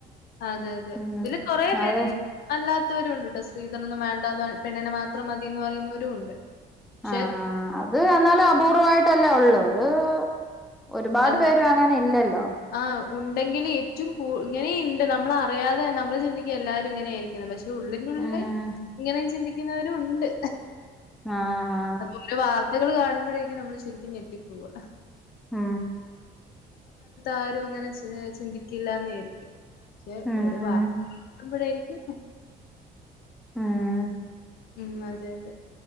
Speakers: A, on the left; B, in the centre.
A: അതെ അതെ
B: ഉം
A: തില് കൊറെ പേര്
B: അത്
A: അല്ലാത്ത ചിലരുണ്ട് കേട്ടോ സ്ത്രീധനം വേണ്ട എന്ന് പെണ്ണിനെ മാത്രം മതിയന്ന് പറയുന്നവരും ഉണ്ട് പക്ഷെ
B: ആ ആ അത് എന്നാലും അപൂർവമായിട്ടല്ലേ ഉള്ളൂ ഒരു ഒരുപാട്
A: ഉം.
B: പേര അങ്ങനെ ഇല്ലല്ലോ
A: ആഹ് ഉണ്ടെങ്കിൽ ഏറ്റവും കൂ ഇങ്ങനെയ ഉണ്ട് നമ്മള അറിയാതെ നമ്മൾ ചിന്തിക്ക എല്ലാരും ഇങ്ങനെയ ആയിരിക്കുന്നു പക്ഷെ പക്ഷ ഉള്ളിന്റെള്ളിൽ
B: ഉം
A: ഇങ്ങനെയ ചിന്തി ക്കുന്നവരും ഉണ്ട്.
B: ആ ആ
A: അ ഓരോ വാർത്തകൾ കാണുമ്പോഴേ നമ്മള് ശരിക്കും ഞെട്ടി പോവാ
B: ആ
A: ആരും അങ്ങനെ ചിന്തിക്കില്ലന്ന ആയിരിക്കും പക്ഷെ
B: ഉം
A: ഒരു വ <unintelligible> യിരിക്കും
B: ഉം
A: ഉം അതെ അതെ